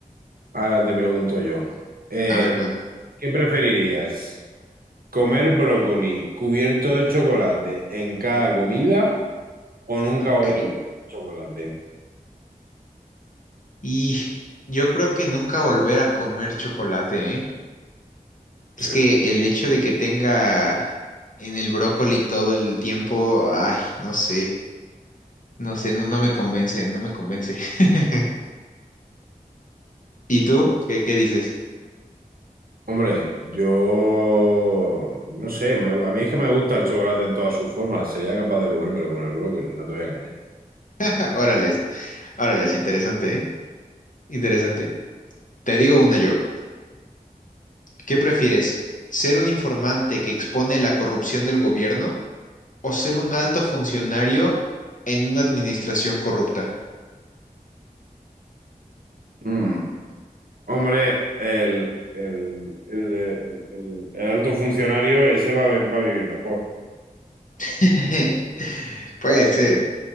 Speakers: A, on the right; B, on the left.
A: ahora te pregunto yo. Eh,
B: A ver, cuéntame.
A: ¿qué preferirías? Comer brócoli cubierto de chocolate en cada comida o nunca
B: Ok.
A: volver a comer chocolate.
B: Y yo creo que nunca volver a comer chocolate, ¿eh?
A: Sí.
B: Es que el hecho de que tenga en el brócoli todo el tiempo, ay, no sé, no sé, no, no me convence, no me convence. <laughs> ¿Y tú? ¿Qué, qué dices?
A: Hombre, yo no sé, me- a mí es que me gusta el chocolate en todas sus formas. Sería capaz de comérmelo con el brócoli, no te voy a engañar.
B: <laughs> Órales, órales, interesante, ¿eh? Interesante. Te digo una yo. ¿Qué prefieres? ¿Ser un informante que expone la corrupción del gobierno o ser un alto funcionario en una administración corrupta?
A: Mm. Hombre, el, el, el, el- el- el alto funcionario, ese va, a va a vivir mejor.
B: <laughs> Puede
A: Si Habla-
B: ser.